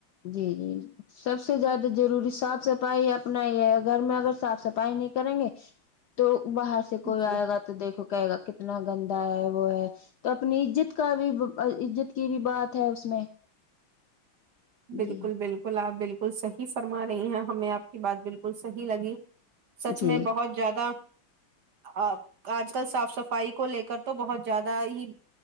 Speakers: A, on the left; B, on the right.
A: جی جی سب سے زیادہ ضروری صاف صفائی آپ اپنا یہ گھر میں اگر صاف صفائی نہیں کریں گے تو باہر سے کوئی
B: جی
A: آئے گا تو دیکھو کہے گا کتنا گندا ہے وہ ہے تو اپنی عزت کا بھی عزت کی بھی بات ہے اس میں
B: بالکل
A: جی
B: بالکل آ بالکل بالکل صحیح فرما رہی ہیں ہمیں آپ کی بات بالکل صحی لگی سچ
A: جی
B: میں بہت زیادہ آ آج کل صاف صفائی کو لے کر تو بہت زیادہ ہی